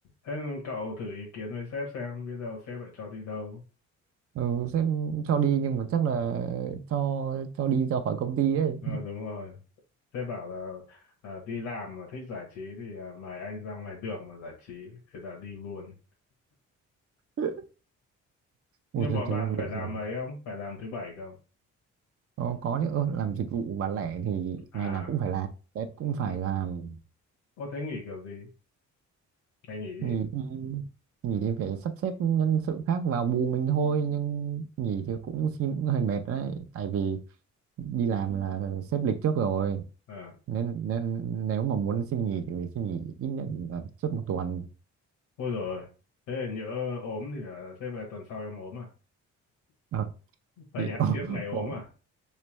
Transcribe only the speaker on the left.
Thế cậu thử ý kiến với sếp xem biết đâu sếp lại cho đi đâu.
Ờ đúng rồi. Sếp bảo là à, đi làm mà thích giải trí thì à, mời anh ra ngoài đường mà giải trí thế là đi luôn.
Nhưng
bọn
bạn phải
làm
ấy không? Phải làm thứ bảy không?
À,
chú...
Ô thế nghỉ kiểu gì? Ngày nghỉ.
gì?
À,
ôi rồi. Thế là nhỡ ốm thì là sếp là tuần sau em ốm à?
Phải
hẹn
trước ngày ốm
à?